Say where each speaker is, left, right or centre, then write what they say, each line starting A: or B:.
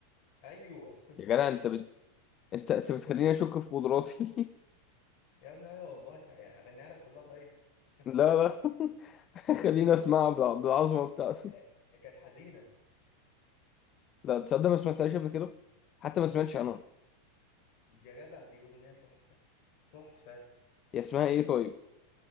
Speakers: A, on the left; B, on the left.
A: ايوه <laughs>
B: يا جدع انت بت... انت انت بتخليني اشك في قدراتي
A: يا ابني ايوه والله يعني اغنيها لك كلها طيب
B: <laughs>
A: <laughs>
B: لا لا <laughs> خليني اسمعها بالع- بالعظمه بتاعته
A: هي- هي كانت حزينه
B: لا تصدق ما سمعتهاش قبل كده حتى ما سمعتش عنها
A: يا جدع دي اغنيه تحفه تحفة
B: هي اسمها ايه طيب